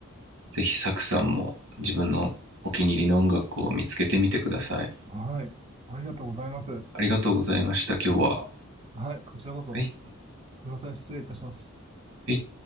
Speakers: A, on the right; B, on the right.
A: ぜひサクさんも自分のお気に入りの音楽を見つけてみてください。
B: はい。ありがとうございます。
A: ありがとうございました、今日は。
B: はい、こちらこそ。
A: はい。
B: すみません、失礼いたします。
A: はい。